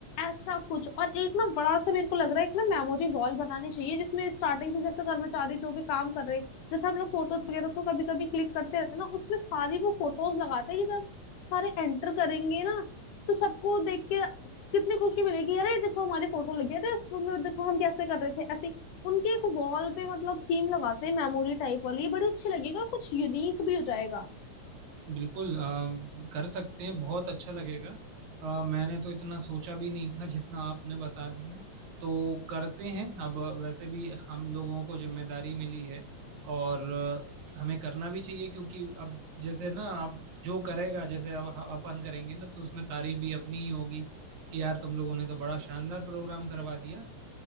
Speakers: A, on the left; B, on the right.
A: ऐसा कुछ और एक ना बड़ा सा मेरे को लग रहा है एक ना मेमोरी वॉल बनानी चाहिए जिसमें स्टार्टिंग से जैसे कर्मचारी जो भी काम कर रहे हैं जैसे हम लोग फोटोज वगैरह तो कभी कभी क्लिक करते रहते हैं ना उसमें सारी वो फोटोज लगाते हैं कि जब सारे एंटर करेंगे ना तो सबको देख के कितनी खुशी मिलेगी अरे देखो हमारी फोटो लगी है, अरे इस में देखो हम कैसे कर रहे थे ऐसे ही। उनके एक वॉल पे मतलब थीम लगाते हैं मेमोरी टाइप वाली ये बड़ी अच्छी लगेगी और कुछ यूनिक भी हो जाएगा
B: बिल्कुल अ, कर सकते हैं बहुत अच्छा लगेगा अ, मैंने तो इतना सोचा भी नहीं था जितना आपने बता दिया तो करते हैं अब वैसे भी हम लोगों को जिम्मेदारी मिली है और अ, हमें करना भी चाहिए क्योंकि अब जैसे ना अब जो करेगा जैसे अब ह- अपन करेंगे ना तो उसमें तारीफ भी अपनी ही होगी कि यार तुम लोगों ने तो बड़ा शानदार प्रोग्राम करवा दिया